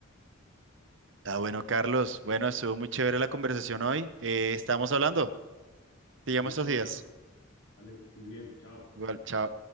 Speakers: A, on the right; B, on the left.
A: Ah, bueno, Carlos, bueno, estuvo muy chévere la conversación hoy. Eh, estamos hablando. Te llamo
B: Listo,
A: estos días.
B: vale, vale, que estés bien, chao.
A: Igual, chao.